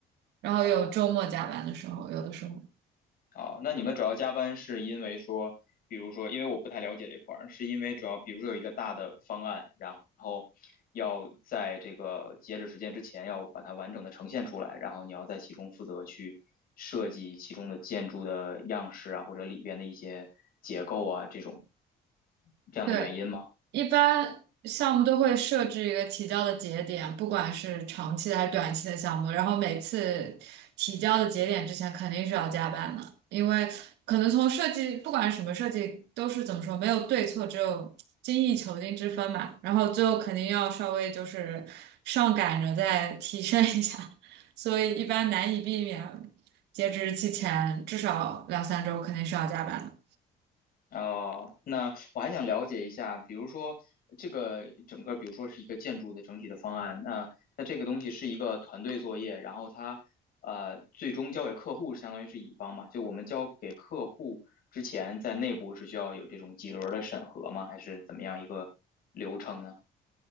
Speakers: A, on the right (about 85°); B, on the left (about 60°).
A: 然后有周末加班的时候，
B: 啊
A: 有的时候。
B: 好，那你们主要加班是因为说，比如说，因为我不太了解这块儿，是因为主要比如说有一个大的方案，然后要在这个截止时间之前要把它完整的呈现出来，然后你要在其中负责去设计其中的建筑的样式啊，或者里边的一些结构啊，这种这样的原因吗？
A: 对，一般项目都会设置一个提交的节点，不管是长期的还是短期的项目，然后每次提交的节点之前肯定是要加班的，因为可能从设计，不管是什么设计，都是怎么说，没有对错，只有精益求精之分嘛。然后最后肯定要稍微就是上赶着再提升一下，<laughs> 所以一般难以避免截止日期前至少两三周肯定是要加班的。
B: 哦，那我还想了解一下，比如说这个整个，比如说是一个建筑的整体的方案，那那这个东西是一个团队作业，然后它呃最终交给客户，相当于是乙方嘛，就我们交给客户之前，在内部是需要有这种几轮的审核吗？还是怎么样一个流程呢？